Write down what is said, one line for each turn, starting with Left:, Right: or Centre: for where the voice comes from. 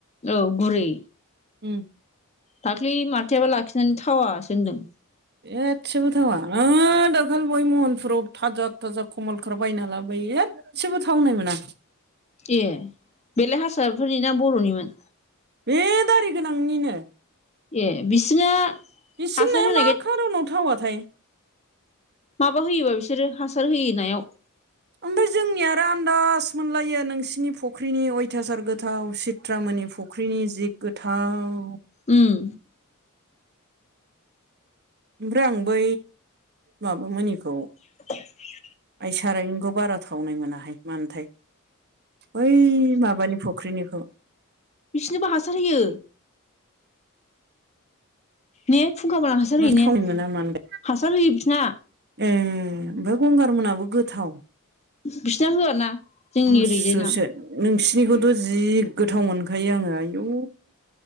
Left: औ गुरै
Right: उम
Left: दाख्लै माथाययाबो लाखिनानै थावासो होनदों
Right: एसेबो थावा आरो दाखालै बावै महनफुराव थाजा थाजा कमलखार बायना लाबोयनो एसेबो थावनाय मोना
Left: दे बेलाय हारसाफोरनि ना बर'निमोन
Right: बे दारि गोनांनिनो
Left: ए बिसिना
Right: बिसोरना
Left: हासार होनायखाय
Right: मा खार'नाव थावाथाय
Left: माबा होयोबा बिसोरो हासार होयो नायाव
Right: ओमफ्राय जोंनिया आरो आदाज मोनलायो नोंसिनि फुख्रिनि अयथासार गोथाव सित बट्रामनि फुख्रिनि जिग गोथाव
Left: ओम
Right: ओमफ्राय आं बै माबामनिखौ
Left: <inaudible>
Right: आइ सारायंखौ बारा थावनाय मोनाहाय मानोथाय बै माबानि फुख्रिनिखौ
Left: बिसोरनोबो हासार होयो ने फुंखाबाला हासार
Right: मा
Left: होयो
Right: थावनाय
Left: ने
Right: मोना मानोथाय
Left: हासार होयो बिसोरना
Right: ए ओमफ्राय गंगार मोनाबो गोथाव
Left: बिसिना होयाना जोंनि
Right: असुसो
Left: ओरैजाय ना
Right: नोंसिनिखौथ' जि गोथाव मोनखायो आङो आयु